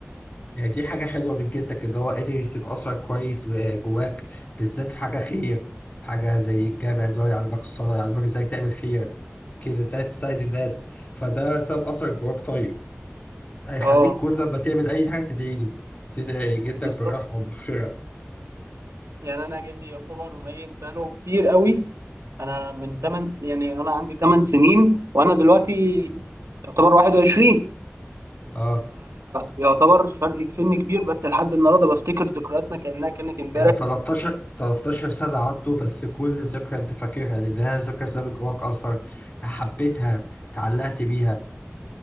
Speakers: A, on the left; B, on the right.
A: يعني دي حاجه حلوه من جدك ان هو قدر يسيب اثرك كويس آه، جواك بالذات في حاجه خير حاجه زي الجامع ده يعلمك الصلاه يعلمك ازاي تعمل خير كده ساعة ساعة الناس فده ساب أثر جواك طيب هيخليك
B: اه
A: كل لما تعمل أي حاجة تدعي له تدعي جدك
B: بالظبط
A: بالرحمة والمغفرة
B: يعني انا جدي يعتبر ميت بقاله كتير قوي انا من 8 س... يعني انا عندي 8 سنين وانا دلوقتي يعتبر 21
A: اه
B: فيعتبر فرق سن كبير بس لحد النهارده بفتكر ذكرياتنا كانها كانت امبارح
A: يعني 13 13 سنة عنده بس كل ذكرى أنت فاكرها لأنها ذكرى سابت جواك أثر حبيتها اتعلقت بيها